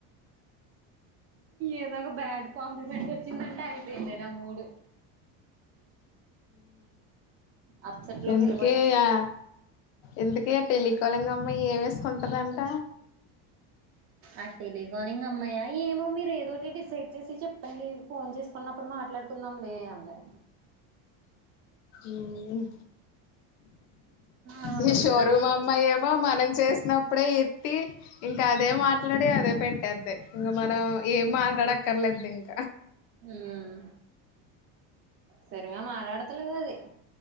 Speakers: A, on the right; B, on the left.
A: ఏదొగా బ్యడ్కామ్ వెంట వచ్చిందంట అయిపోయిందనా మూడు అప్సెట్ లోకి
B: ఎందుకే
A: వెళ్ళిపోతాను
B: ఆ
A: ఇంకా
B: ఎందుకే పెళ్లికళంగమ్మ ఏవే స్కుంటదంట
A: ఆ టెలి కాలింగ్ అమ్మాయా ఏమో మీరు ఏదోటి డిసైడ్ చేసి చెప్పండి ఫోన్ చేసుకున్నప్పుడు మాట్లాడుకుందాం లే అంది
B: ఉమ్
A: అలా
B: ఈ
A: ఉంది
B: షోరూమ్
A: దాంతోటి
B: అమ్మాయేమో మనం చేసినప్ అప్పుడే ఎత్తి ఇంకా అదే మాట్లాడి అదే పెట్టేది ఇంక మనం ఏం మాట్లాడక్కర్లేదు దింక
A: ఊమ్ సరిగా మాట్లాడుతలేదది